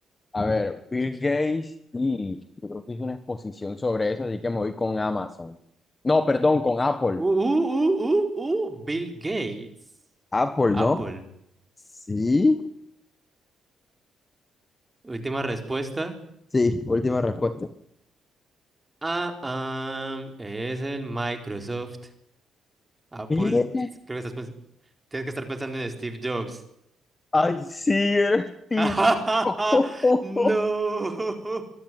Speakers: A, on the left; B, on the right.
A: A ver, Bill Gates, y yo creo que hizo una exposición sobre eso, así que me voy con Amazon. No, perdón, con Apple.
B: Uh, uh, uh, uh, uh, Bill Gates.
A: Apple,
B: Apple.
A: ¿no? Sí.
B: Última respuesta.
A: Sí, última respuesta.
B: Ah, am, es el Microsoft. Apple.
A: ¿Eh?
B: Creo que estás pens- tienes que estar pensando en Steve Jobs.
A: Ay, sí, eres tío.
B: <laughs>
A: <laughs>
B: No.